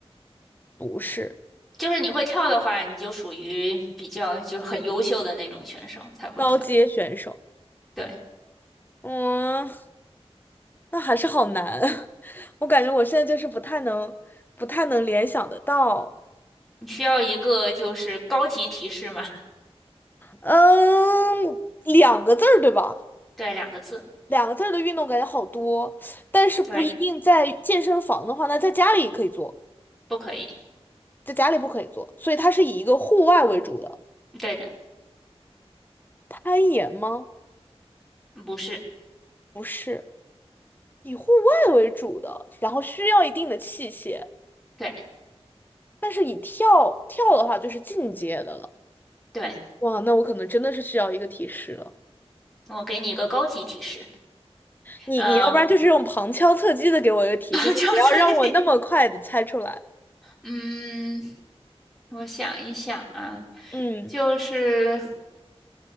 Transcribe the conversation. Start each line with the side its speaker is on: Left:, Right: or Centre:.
Left: 不是
Centre: 就是你会跳的话，你就属于比较就很优秀的那种选手才会跳，
Left: 高阶选手？
Centre: 对，
Left: 嗯，那还是好难，<laughs> 我感觉我现在就是不太能，不太能联想得到。
Centre: 你需要一个就是高级提示嘛。
Left: 嗯，两个字儿对吧？
Centre: 对，两个字，
Left: 两个字儿的运动感觉好多，但是不一定在健身房的话，
Centre: 对，
Left: 那在家里也可以做，
Centre: 不可以，
Left: 在家里不可以做，所以它是以一个户外为主的。
Centre: 对的，
Left: 攀岩吗？
Centre: 不是，
Left: 不是，以户外为主的，然后需要一定的器械，
Centre: 对
Left: 但是以跳跳的话就是进阶的了。
Centre: 对，
Left: 哇，那我可能真的是需要一个提示了。
Centre: 我给你一个高级提示，
Left: 你你要不然就是用旁敲侧击的给我一个提示，
Centre: 嗯，<laughs>
Left: 就不要让我那么快的猜出来。
Centre: 就这里，嗯，我想一想啊，
Left: 嗯，
Centre: 就是